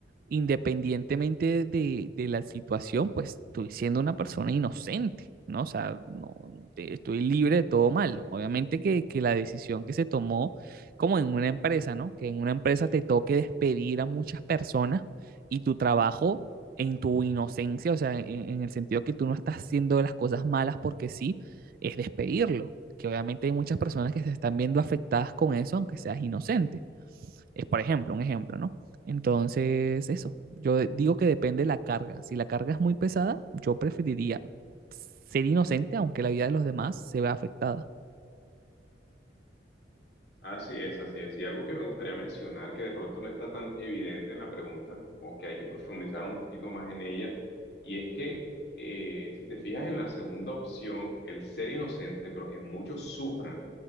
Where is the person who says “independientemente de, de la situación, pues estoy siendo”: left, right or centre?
Right